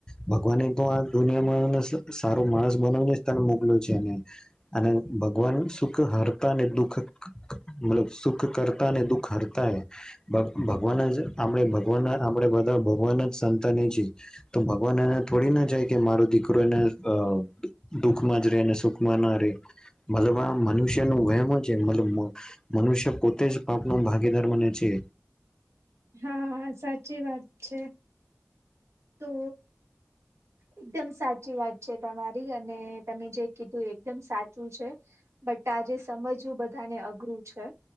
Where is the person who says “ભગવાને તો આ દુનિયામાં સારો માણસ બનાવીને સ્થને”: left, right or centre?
Left